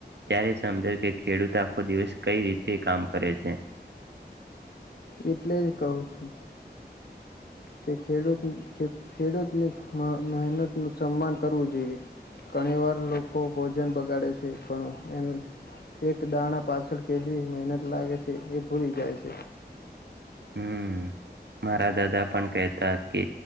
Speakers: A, on the right (about 80°); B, on the left (about 65°).
A: ત્યારે સમજાય કે ખેડૂત આખો દિવસ કઈ રીતે કામ કરે છે
B: એટલે જ કહું છું કે ખેડૂત ખેડૂતની મહેનતનું સન્માન કરવું જોઈએ ઘણી વાર લોકો ભોજન બગાડે છે પણ એ એક દાણા પાછળ કે મહેનત લાગે છે એ ભૂલી જાય છે
A: હમ મારા દાદા પણ કહેતા કે